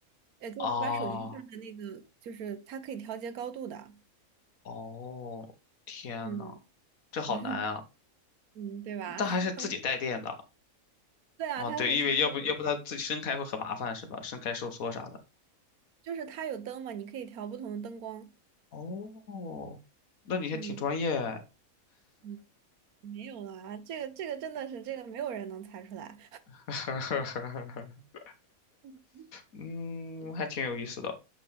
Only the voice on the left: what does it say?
啊
哦，天呐，
这好难啊！
但还是自己带电的
啊，
对，因为要不要不它自己伸开会很麻烦是吧？伸开收缩啥的。
哦，那你还挺专业哎，
<laughs>
嗯，还挺有意思的。